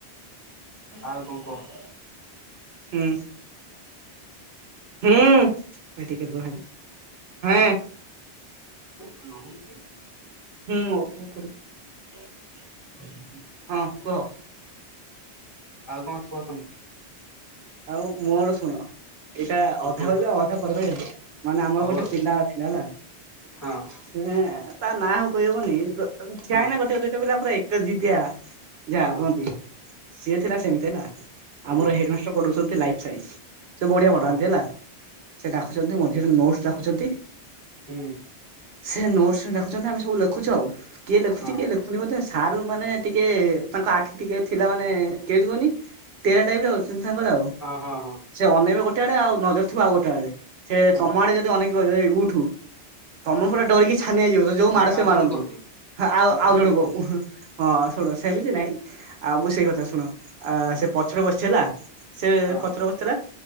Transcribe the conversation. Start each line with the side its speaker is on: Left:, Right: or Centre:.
Left: ଆଉ ଙ୍କ କହ?
Right: ହୁଁ, ହୁଁ ଭାଇ ଟିକେ ରୁହ ଖାଲି, ହଁ!
Left: ତୁ ରହୁନୁ କିଏଁ!
Right: ହୁଁ <inaudible>
Left: ହ <inaudible>
Right: ହଁ, କୁହ!
Left: ଆଉ କଣ କୁହ ତମେ?
Right: ଆଉ, ମୋ ଆଡ ଶୁଣ! ଏଇଟା
Left: ହଉ
Right: ଅଧା
Left: କୁହ
Right: କହିବା ଅଧା ପର କହିବା ମାନେ ଆମର
Left: ହଉ
Right: ଗୋଟେ
Left: ଆଉ
Right: ପିଲା ଥିଲା ହେଲା <inaudible> ହୁଁ,
Left: ହଁ
Right: ତା! ନା ହଉ କହି ହବନି
Left: ହଁ
Right: ଯାାଇଁ ନା ଗୋଟେ ଗୋଇଟେ ପିଲା ପୁରା ଏକ ଜିଦିଆ ଯାହା
Left: ହଁ
Right: କୁହନ୍ତି। ସିଏ ଥିଲା ସେମିତି ହେଲା,
Left: ହୁଁ
Right: ଆମର ହେଡମାଷ୍ଟର ପଢୁଛନ୍ତି ଲାଇଫ ସାଇନ୍ସ। ସେ ବଢିଆ ପଢ଼ାନ୍ତି
Left: ହଁ
Right: ହେଲା, ସେ ଡାକୁଛନ୍ତି ମଝିରେ ନୋଟସ ଡାକୁଛନ୍ତି।
Left: ହୁଁ।
Right: ସେ ନୋଟସ ଡାକୁଛନ୍ତି ଆମେ ସବୁ ଲେଖୁଛୁ ଆଉ କିଏ ଲେଖୁଛି
Left: ହଁ
Right: କିଏ ଲେଖୁନି ବୋଧେ ସାର୍ ମାନେ ଟିକେ। ତାଙ୍କ ଆଖି ଟିକେ ଥିଲା, ମାନେ କେମିତି କୁହନି? ଟେରା ଟାଇପର। ତାଙ୍କର ଆଉ
Left: ହଁ ହଁ ହଁ
Right: ସେ ଅନେଇବେ ଗୋଟେ ଆଡେ, ନଜର ଥିବା ଆଉ ଗୋଟେ ଆଡେ, ସେ
Left: ହଁ।
Right: ତମ ଆଡେ ଯଦି ଅନେଇକି ଏ ଉଠୁ ତମେ ପୁରା ଡରିକି ଛାନିଆଇଯିବ ତ ଯୋଉ
Left: କିନ୍ତୁ
Right: ମାଡ
Left: ଆଉ
Right: ସେ ମାରନ୍ତି।
Left: ଜଣେ କହୁଛି
Right: ଆଉ
Left: କିନ୍ତୁ
Right: ଆଉ ଜଣ
Left: ଜଣେ
Right: କ
Left: କହୁଛି
Right: ହଁ ଶୁଣ <inaudible> ସେମିତି ନାଇଁ ଆଉ ମୁଁ ସେଇ କଥା ଶୁଣ
Left: ହଁ
Right: ସେ ପଛରେ ବସିଛି ହେଲା। ସେ
Left: ହଁ
Right: ପଚର ବସିଥିଲା।